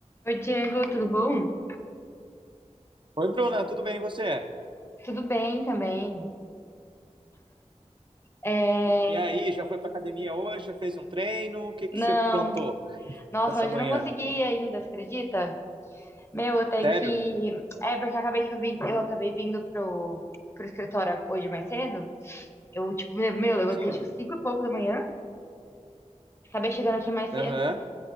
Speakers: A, on the left; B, on the right.
A: Oi, Diego, tudo bom?
B: Oi, Bruna, tudo bem e você?
A: Tudo bem também. É,
B: E aí, já foi pra academia hoje? Já fez um treino? O que que
A: Não,
B: você aprontou
A: nossa,
B: essa
A: hoje
B: manhã?
A: eu não consegui ainda, você acredita? Meu, eu tenho
B: Sério?
A: que. É, porque eu acabei que eu vim, eu acabei vindo pro, pro escritório hoje mais cedo. Eu, tipo, me- meu, levantei
B: Sim.
A: tipo 5 e pouco da manhã, acabei chegando aqui mais
B: Aham.
A: cedo